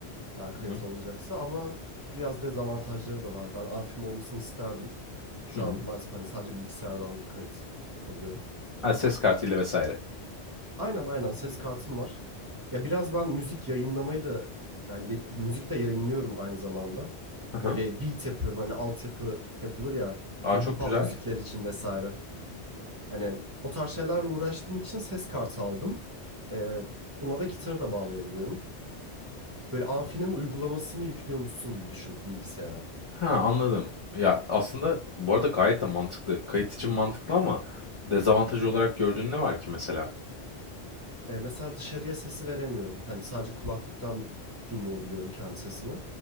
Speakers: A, on the right; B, on the left.
A: eğer kayıt
B: Hı hı.
A: alınacaksa ama biraz dezavantajları da var. Ben amfim olmasını isterdim. Şu
B: Hı hı.
A: an maalesef hani sadece bilgisayardan kayıt yapabiliyorum.
B: Ha, ses kartıyla vesaire.
A: Aynen aynen ses kartım var. Ya biraz ben müzik yayınlamayı da yani ye- müzik de yayınlıyorum aynı zamanda.
B: Hı hı.
A: Böyle beat yapıyorum hani altyapı yapılır ya. Atıyorum
B: Aa çok
A: hip
B: güzel.
A: hop müzikler için vesaire. Hani o tarz şeylerle uğraştığım için ses kartı aldım. Ee, buna da gitarı da bağlayabiliyorum. Böyle amfinin uygulamasını yüklüyormuşsun gibi düşün bilgisayara.
B: Ha anladım. Ya aslında bu arada gayet de mantıklı. Kayıt için mantıklı ama dezavantaj olarak gördüğün ne var ki mesela?
A: E, mesela dışarıya sesi veremiyorum. Hani sadece kulaklıktan di- dinleyebiliyorum kendi sesimi,